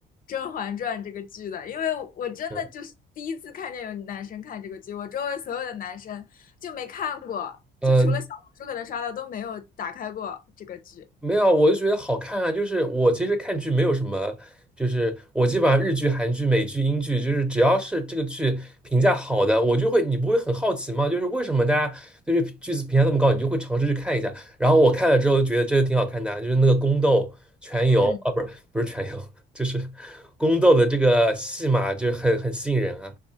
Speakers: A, on the left; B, in the centre.
A: 《甄嬛传》这个剧的？因为我真的就是第一次看见有男生看这个剧，
B: 嗯。
A: 我周围所有的男生就没看过，
B: 呃，
A: 就除了小红书可能刷到都没有打开过这个剧。
B: 没有，我就觉得好看啊。就是我其实看剧没有什么，就是我基本上日剧、韩剧、美剧、英剧，就是只要是这个剧评价好的，我就会，你不会很好奇吗？就是为什么大家对这剧子评价这么高，你就会尝试去看一下。然后我看了之后觉得真的挺好看的啊，就是那个宫斗、全游啊，
A: 嗯，
B: 不是不是全游，<laughs> 就是宫斗的这个戏码，就是很很吸引人啊。